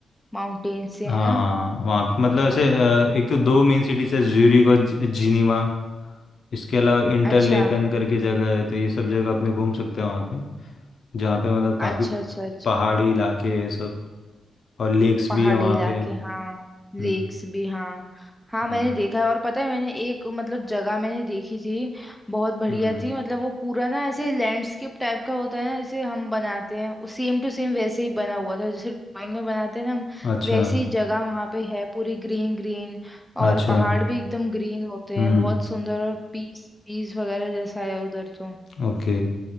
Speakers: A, in the centre; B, on the left.
A: माउंटेन से
B: हाँ
A: है ना
B: वहाँ पे मतलब ऐसे अ, एक तो दो मेन सिटीज है ज्यूरिक और ज- जिनीवा इसके अलावा इंटर
A: अच्छा
B: लेकन करके जगह है तो ये सब जगह अपने घूम सकते हैं वहाँ पे जहाँ पे मतलब काफ़ी
A: अच्छा अच्छा अच्छा
B: पहाड़ी इलाके हैं सब और लेक्स
A: पहाड़ी
B: भी है वहाँ
A: इलाके
B: पे
A: हाँ लेक्स
B: हम्म
A: भी हाँ हाँ मैंने
B: हाँ,
A: देखा है और पता है मैंने एक मतलब जगह मैंने देखी थी बहुत बढ़िया
B: हम्म
A: थी मतलब वो पूरा ना ऐसे लैंडस्केप टाइप का होता है ना जैसे हम बनाते हैं सेम टू सेम वैसे ही बना हुआ था जैसे ड्राइंग में बनाते हैं ना हम
B: अच्छा
A: वैसे ही जगह वहाँ पे है पूरी ग्रीन ग्रीन और
B: अच्छा
A: पहाड़ भी एकदम ग्रीन होते
B: हम्म
A: हैं बहुत सुंदर और पीस पीस वगैरह जैसा है उधर तो
B: ओके